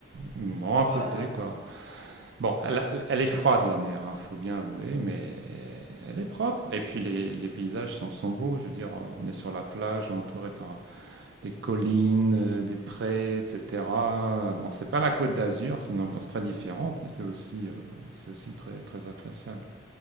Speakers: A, on the right; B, on the left.
A: Bon, à
B: Oh
A: côté,
B: là là.
A: quoi. Bon, elle, elle- elle est froide, la mer, hein, faut bien avouer, mais elle est propre. Et puis, les, les paysages sont, sont beaux, je veux dire, on est sur la plage, entouré par, des collines, euh, des prés, etc. Bon, c'est pas la Côte d'Azur, c'est une ambiance très différente, mais c'est aussi, euh, c'est aussi très, très appréciable.